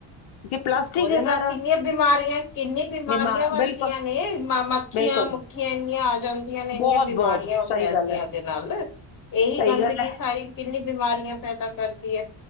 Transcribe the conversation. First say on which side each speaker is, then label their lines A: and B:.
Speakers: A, on the left; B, on the left.
A: ਕਿ ਪਲਾਸਟਿਕ
B: ਉਹਦੇ
A: ਹੈ
B: ਨਾਲ
A: ਸਾਰਾ
B: ਕਿੰਨੀਆਂ ਬਿਮਾਰੀਆਂ ਕਿੰਨੀ ਬਿਮਾਰੀਆਂ
A: ਬਿਮਾ
B: ਵੱਧਦੀ
A: ਬਿਲਕੁਲ
B: ਨੇ ਮ ਮੱਖੀਆਂ
A: ਬਿਲਕੁਲ
B: ਮੁੱਖੀਆਂ ਇੰਨੀਆਂ ਆ ਜਾਂਦੀਆਂ ਨੇ ਇੰਨੀਆਂ
A: ਬਹੁਤ
B: ਬਿਮਾਰੀਆਂ
A: ਬਹੁਤ
B: ਉਹ
A: ਸਹੀ
B: ਫੈਲਦਿਆਂ
A: ਗੱਲ ਹੈ
B: ਉਦੇ ਨਾਲ ਇਹੀ
A: ਸਹੀ
B: ਗੰਦਗੀ
A: ਗੱਲ ਹੈ
B: ਸਾਰੀ ਕਿੰਨੀ ਬਿਮਾਰੀਆਂ ਪੈਦਾ ਕਰਦੀ ਹੈ